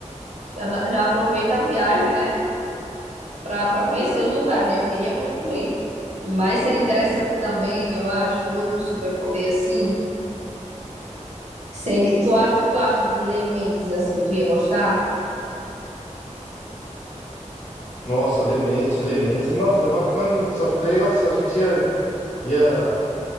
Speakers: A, on the right; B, on the left.
A: Já, dá- já aproveita a viagem, né? Pra, pra conhecer os lugares, né? Eu queria muito ir. Mas seria interessante também, eu acho, outro superpoder assim. Seria, tu acha o que tu acha de ler mentes assim? Tu ia gostar?
B: Nossa, Lementes, Lementes, nossa, é bacana, hein? Só que daí, nossa, a gente ia, ia,